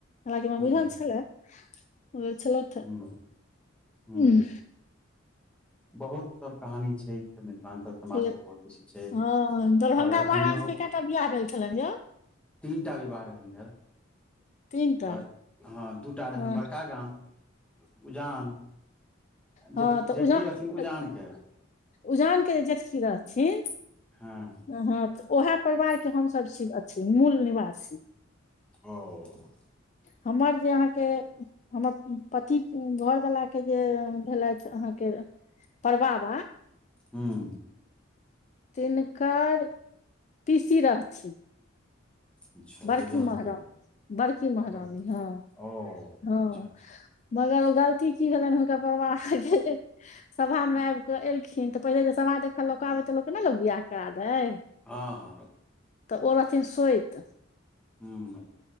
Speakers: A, on the left; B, in the centre.
A: हालांकि हमरा बुझल
B: हूँ
A: छलै, बुझल छलथ ए
B: हूँ हूँ
A: ऊंह।
B: हूँ। बहुत सब कहानी छै। मिथलांचल समाज
A: छलै
B: के बहुत बैसी छै
A: हँ दरभंगा
B: और एखनयो
A: महाराजके कएटा बियाह भेल छलनि यौ
B: तीनटा विवाह रहैन भेल।
A: तीन टा
B: तऽ हां दूटा रहैन
A: हँ
B: बड़का गाम उजान।
A: हां
B: जेठ
A: तऽ
B: जेठकी
A: उजा
B: रहथिन उजान
A: अ
B: के
A: उजान के जे जेठकी रहथिन।
B: हां।
A: हां तऽ ओहै परिवार के हम सब छी अथी मूल निवासी।
B: औ।
A: हमर जे अहाँ के हमर पति घर वला के जे उम्म भेलैथ अहाँ के परबाबा
B: हूँ।
A: तिनकर पीसी रहथिन।
B: अच्छा
A: बड़की
B: उजान
A: महरा,
B: के रहथिन
A: बड़की महरानी
B: बड़
A: हां,
B: ओ
A: हां।
B: अच्छा अच्छा
A: मगर उ गलती की भेलैन हुनकर परबाबा के जे सभा मे आएब कऽ एलखिन तऽ पहिले जे सभा देखल लोक आबे तऽ लोक के नै लोक बियाह करा दै
B: हां-हां।
A: तऽ ओ रहथिन सोएत।
B: हूँ।